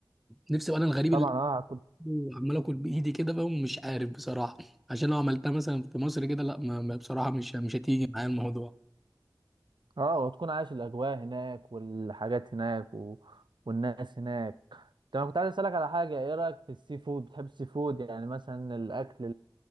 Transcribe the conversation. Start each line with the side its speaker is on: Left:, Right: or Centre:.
Centre: نفسي ابقى انا الغريب
Right: طبعا
Centre: اللي
Right: اه هت-
Centre: عمال اكل بايدي كده بقى ومش عارف بصراحه عشان لو عملتها مثلا في مصر كده لا ما ما- بصراحه مش مش هتيجي معايا الموضوع
Right: اه وتكون عايش الاجواء هناك والحاجات هناك و... والناس هناك طب انا كنت عايز اسالك على حاجه ايه رايك في السي فود بتحب السي فود يعني مثلا الاكل